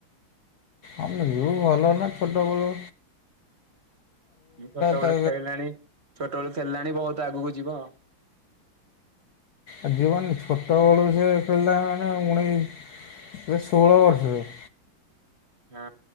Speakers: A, on the left; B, on the right.
A: ଅ ବିୟୁ ଭଲ ହେନେ ଛୋଟ ବୋଳୁ
B: ଛୋଟବେଳୁ
A: ତା
B: ଖେଳିଲାଣି ଛୋଟବେଳୁ ଖେଳିଲାଣି ବହୁତ ଆଗକୁ ଯିବ।
A: ଆଉଯିବନି ଛୋଟବେଳୁ ସେ ଖେଳିଲାଣି ମାନେ ଉଣେଇଶ ଷୋହଳ ବର୍ଷରେ।
B: ହଁ